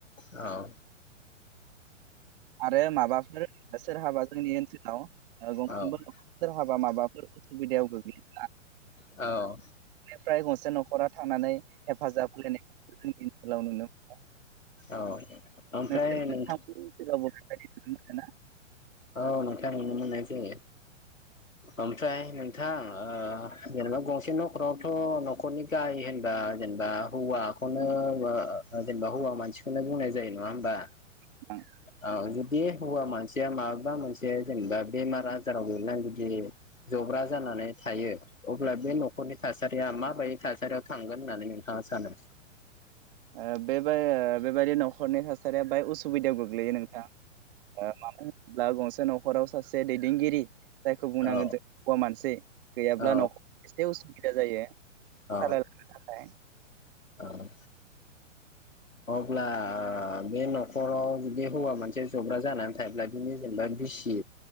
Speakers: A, on the left; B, on the right.
A: औ
B: आरो माबाफोर सोरहाबा जोंनि ओनसोलाव अ गंफ्रोमबो
A: औ
B: न'खराव सोरहाबा माबाफोर सुबिदायाव गोग्लैयो
A: औ
B: फ्राय गंसे न'खरा थांनानै हेफाजाब होलायनायखौ जोंनि ओनसोलाव नुनो मोनो
A: औ ओमफ्राय
B: नोंसोर नोंथांमोननि
A: नोंथां
B: <unintelligible>
A: औ नोंथां नुनो मोननाय जायो ओमफ्राय नोंथां अ जेनेबा गंसे न'खरावथ' न'खरनि गाहाय होनबा जेनेबा हौवाखौनो अ जेनेबा हौवा मानसिखौनो बुंनाय जायो नङा होमबा?
B: उ
A: औ जुदि हौवा मानसिया माबा मोनसे जेनेबा बेमार आजाराव गोलैनानै जुदि जब्रा जानानै थायो अब्ला बे न'खरनि थासारिया माबायदि थासारियाव थांगोन होननानै नोंथाङा सानो
B: अ बे बाय बे बेबायदि न'खरनि थासारिया बाहाय उसुबिदायाव गोग्लैयो नोंथां। अ मानो होनब्ला गंसे न' खराव सासे दैदेनगिरि जायखौ बुंनांगोन
A: औ
B: जों हौवा मानसि गैयाब्ला
A: औ
B: न'खराव एसे उसुबिदा जायो सालायलांनो
A: औ
B: थाखाय
A: औ अब्ला अ बे न'खराव जुदि हौवा मानसि जब्रा जानानै थाब्लादि बिनि जेनेबा बिसि